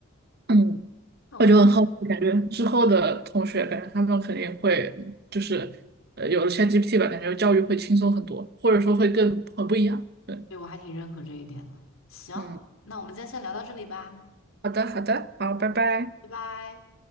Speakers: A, on the right; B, on the left.
A: 嗯，
B: 那我们今天，
A: 我就很好奇，感觉之后的同学，感觉他们肯定会就是呃有了 ChatGPT 吧，感觉教育会轻松很多，或者说会更很不一样。对，
B: 对，我还挺认可这一点的。行，
A: 嗯，
B: 那我们今天先聊到这里吧，
A: 好的好的，好，拜拜。
B: 拜拜。